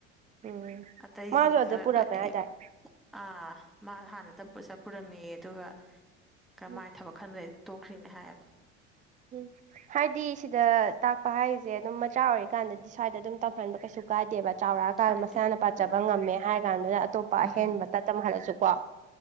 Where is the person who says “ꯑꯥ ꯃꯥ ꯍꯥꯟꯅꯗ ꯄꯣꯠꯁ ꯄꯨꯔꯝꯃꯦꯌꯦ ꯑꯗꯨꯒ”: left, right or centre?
Centre